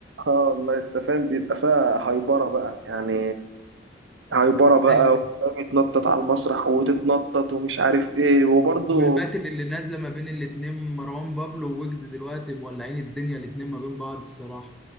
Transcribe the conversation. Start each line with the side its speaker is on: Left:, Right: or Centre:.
Right: آه والله انت فاهم بيبقى فيها هايبرة بقى يعني هيبره بقى
Centre: أيوه.
Right: وده بيتنطط على المسرح وتتنطط ومش عارف ايه وبرضه
Centre: والباتل اللي نازله ما بين الاتنين مروان بابلو وويجز دلوقتي مولعين الدنيا الاتنين ما بين بعض الصراحه